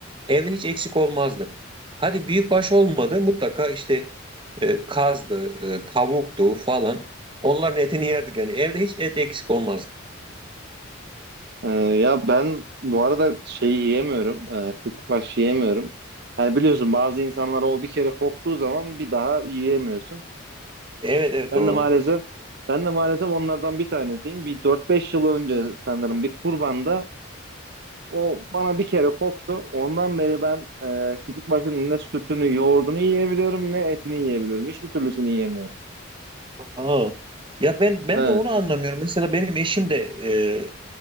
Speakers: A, on the right; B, on the right.
A: evde hiç eksik olmazdı. Hadi büyükbaş olmadı mutlaka işte e, kazdı, e, tavuktu falan onların etini yerdik yani evde hiç et eksik olmazdı.
B: E, ya ben bu arada şeyi yiyemiyorum. E, kütbaş yiyemiyorum. Hani biliyorsun bazı insanlara o bir kere koktuğu zaman bir daha yiyemiyorsun.
A: Evet evet
B: Ben
A: doğru.
B: de maalesef ben de maalesef onlardan bir tanesiyim. Bir dört beş yıl önce sanırım bir kurbanda o bana bir kere koktu. Ondan beri ben e, küçük başının ne sütünü, yoğurdunu yiyebiliyorum ne etini yiyebiliyorum. Hiçbir türlüsünü yiyemiyorum.
A: Aa. Ya ben ben
B: Evet.
A: de onu anlamıyorum. Mesela benim eşim de e,